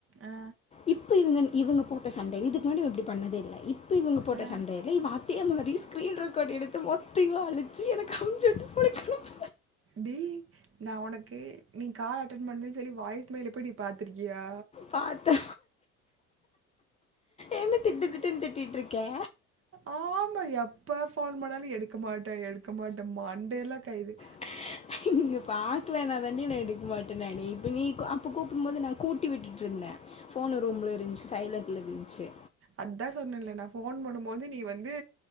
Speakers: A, on the right (about 30°); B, on the left (about 15°).
A: ஆ
B: இப் இப்ப இவுங்கன் இவுங்க போட்ட சன்டே இதுக்கு முன்னாடி இவே இப்டி பண்ணதே இல்ல இப் இப்ப இவுங்க போட்ட
A: ஆ
B: சன்டேல இவ அதே மாரி ஸ்கரீன் ரெக்கார்ட் எடுத்து மொத் தியு அழிச்சு எனக்கு அம்ச்சுட்டுவுட்டு உனக்கு அனுப்
A: டி நா ஒனக்கு நீ கால் அட்டென் பண்ணலணு சொல்லி வாய்ஸ் மேல போய் நீ பாத்துருக்கியா
B: பாத்தே என்ன திட்டுத்திட்டுன்னு திட்டிட்டு ருக்கே
A: ஆமா எப்ப ஃபோன் பண்ணாலு எடுக்க மாட்டே எடுக்க மாட்டேம்பா மண்டேல்லா கைது
B: <unintelligible> இங்கே பாக்கலே நா தாண்டி நா எடுக்க மாட்டே நானு இப்ப நீ அப்போ கூப்டு போது நா கூட்டி விட்டுட்டு ருந்தே ஃபோனு ரூம்ல இருந்துச்சு சைலண்ட்ல இருந்துச்சி
A: அதா சொன்னேன்ல நா ஃபோன் பண்ணுபோது நீ வந்து